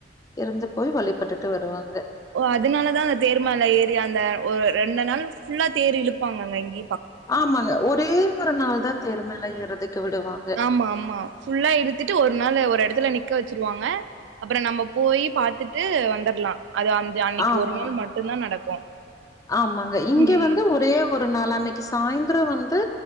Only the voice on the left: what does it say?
இருந்து போய் வழிபட்டுட்டு வருவாங்க
ஆமாங்க ஒரே ஒரு நாள் தா தேர் மேல ஏறதுக்கு விடுவா
ஆமா
ஆமாங்க இங்க
வந்து ஒரே ஒரு நாலன்னைக்கு சாய்ந் <unintelligible> வந்து